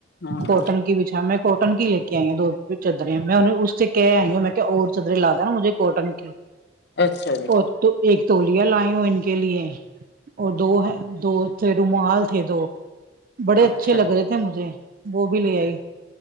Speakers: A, on the left (about 60°); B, on the right (about 50°).
A: ہاں
B: کوٹن کی بھیچھا میں کوٹن کی لے کے آئی دو چدریں میں اس سے کہے آئی ہوں میں کیا اور چدرے لا دینا مجھے کوٹن کی
A: اچھا جی
B: اور تو ایک تولیہ لائی ہوں ان کے لیے اور دو وہ ہے دو تھے رومال تھے دو بڑے اچھے
A: اچھا
B: لگ
A: جی
B: رہے تھے مجھے وہ بھی لے آئی